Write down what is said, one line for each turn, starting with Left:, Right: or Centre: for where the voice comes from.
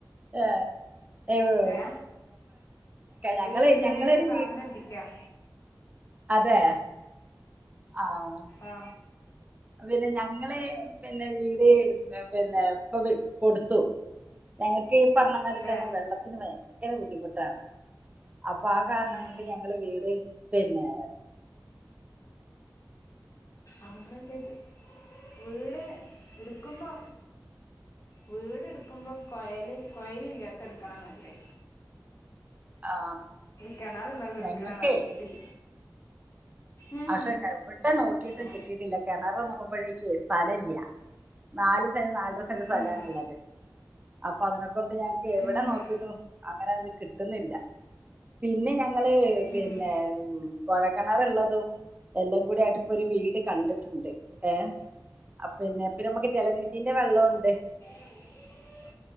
Right: ഏ ഏയ്‌
Left: ഏ ഫ്രീ
Right: ഞങ്ങള്
Left: ഡെലിവറി
Right: ഞങ്ങളത്‌
Left: ആയിട്ട് സാധനം എത്തിക്കാം
Right: അതെ ആഹ
Left: ആ
Right: പിന്നെ ഞങ്ങള് പിന്നെ വീട് പിന്നെ ഇപ്പൊ കൊടുത്തു ഞങ്ങക്ക് ഈ പറഞ്ഞമാരി
Left: ഏ
Right: തന്നെ വെള്ളത്തിന് ഭയങ്കര ബുദ്ധിമുട്ടാണ് അപ്പൊ ആ കാരണം
Left: ഉം.
Right: കൊണ്ട് ഞങ്ങൾ വീട് പിന്നേ
Left: അങ്ങനെയൊക്കായ്ട് വീട് എടുക്കുമ്പോ വീട് എടുക്കുമ്പോ കൊയല് കൊയല് ല്യാത്തട്ക്കണ നല്ലേ
Right: ആ
Left: കെണർണ്ടേ ങ്കി കെടുക്കണ
Right: ഞങ്ങൾക്കേ
Left: ബുദ്ധി ഉം.
Right: പക്ഷെ എവിടെ നോക്കിട്ടും
Left: ഏ
Right: കിട്ടിയിട്ടില്ലാ കിണർ നോക്കുമ്പോഴേക്ക് സ്ഥല ഇല്ല നാല് സെന്റ് നാലര സെന്റ് സ്ഥലാണ്ള്ളത്
Left: ഉം.
Right: അപ്പൊ അതിനൊക്കെ ഞങ്ങക്ക് എവിടെ
Left: ഉം
Right: നോക്കിട്ടും അങ്ങനെത് കിട്ടുന്നില്ല പിന്നെ ഞ ങ്ങള് പിന്നെ
Left: ഉം.
Right: കോഴക്കിണറള്ളതും എല്ലും കൂടി ആയിട്ട്പ്പൊ ഒരു വീട് കണ്ടിട്ടുണ്ട് ഏ അപിന്നേ പമ്മക്ക് ജലനിധീന്റെ വെള്ളംണ്ട്
Left: <inaudible>